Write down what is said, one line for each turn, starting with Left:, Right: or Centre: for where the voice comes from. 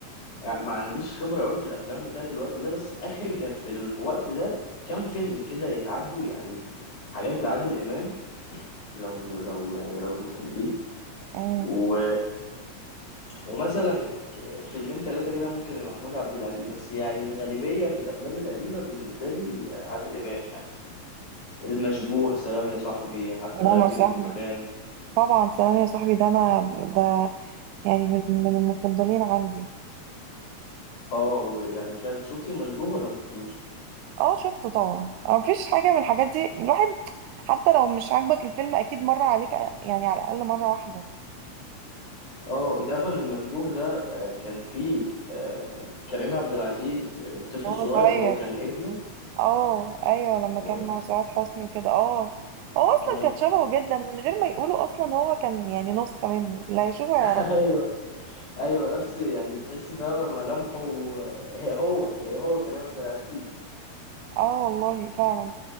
Left: يعني ما عنديش خبرة قوي في الأفلام بتاعت الوقت ده بس آخري كان في الوقت ده كام فيلم كده يتعدوا يعني حاجات لعادل إمام لو لو يعني لو بتحبيه
Right: امم
Left: و... ومثلا فيلمين ثلاثة كده ممكن لمحمود عبد العزيز بس يعني الغالبية في الأفلام القديمة بالنسبة لي عادل إمام يعني المشبوه سلام يا صاحبي حتى
Right: سلام
Left: لا يطير
Right: يا صاحبي
Left: الدخان
Right: طبعا سلام يا صاحبي ده انا ده يعني من من المفضلين عندي
Left: اه ويعني مش عارف شفتي المشبوه ولا ما شفتيهوش
Right: اه شفته طبعا اه مفيش حاجة من الحاجات دي الواحد حتى لو مش عاجبك الفيلم اكيد مر عليك يعني على الاقل مرة واحدة
Left: اه انت عارف ان المشبوه ده آه، كان فيه آه، كريم عبد العزيز آه، الطفل
Right: وهو
Left: الصغير
Right: صغير
Left: اللي هو كان ابنه
Right: اه ايوه لما
Left: آه،
Right: كان مع سعاد حسني وكده اه هو اصلا
Left: آه.
Right: كان شبهه جدا من غير ما يقولوا اصلا هو كان يعني نسخة منه لا يشوفه يعرفه
Left: <laughs> ايوه ايوه نفس يعني تحسي فاهمه ملامحه آه، هي هو هي هو كريم عبد العزيز
Right: اه والله فعلا